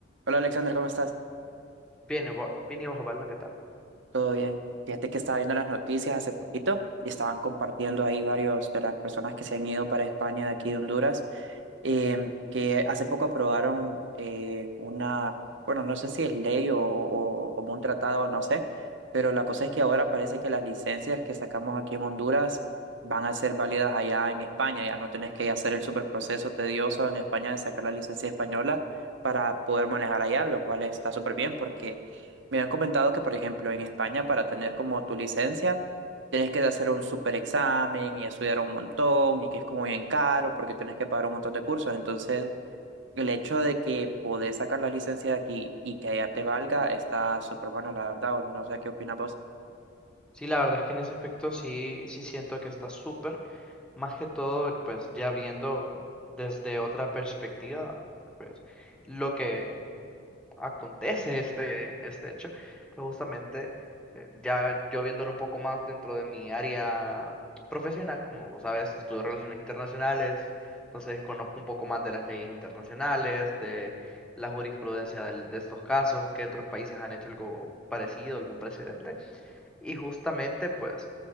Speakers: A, on the right (about 70°); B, in the centre.
A: Hola Alexander, ¿cómo estás?
B: Bien, y bo- bien y bajo palo, ¿qué tal?
A: ¿Todo bien? Fíjate que estaba viendo las noticias hace poquito y estaban compartiendo ahí varios de las personas que se han ido para España de aquí de Honduras eh, que hace poco aprobaron eh, una, bueno, no sé si es ley o, o- o como un tratado, no sé, pero la cosa es que ahora parece que las licencias que sacamos aquí en Honduras van a ser válidas allá en España, ya no tenés que hacer el super proceso tedioso en España de sacar la licencia española para poder manejar allá, lo cual está súper bien porque me han comentado que, por ejemplo, en España para tener como tu licencia, Tienes que hacer un super examen y estudiar un montón y que es como bien caro porque tienes que pagar un montón de cursos. Entonces, el hecho de que podés sacar la licencia de aquí y que ya te valga está súper bueno, la verdad. o No sé qué opinas vos.
B: Sí, la verdad es que en ese aspecto sí, sí siento que está súper. Más que todo, pues ya viendo desde otra perspectiva, pues lo que acontece este, este hecho, pues justamente eh, ya yo viéndolo un poco más dentro de mi área profesional, como vos sabes, estudio relaciones internacionales, entonces conozco un poco más de las leyes internacionales, de la jurisprudencia del- de estos casos, que otros países han hecho algo parecido, algún precedente. Y justamente, pues,